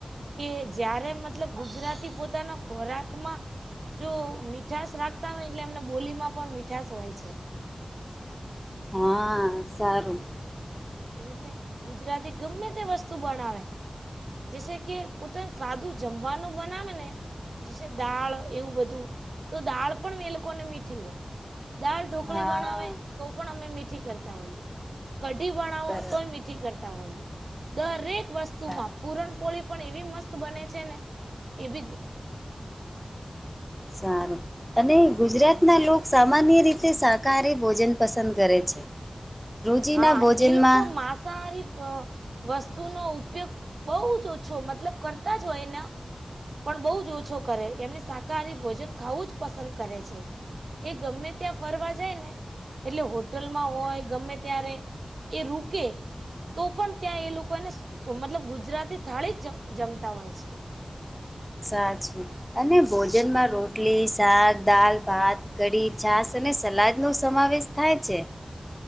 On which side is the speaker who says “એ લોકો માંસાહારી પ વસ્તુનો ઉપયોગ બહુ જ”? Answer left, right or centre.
Right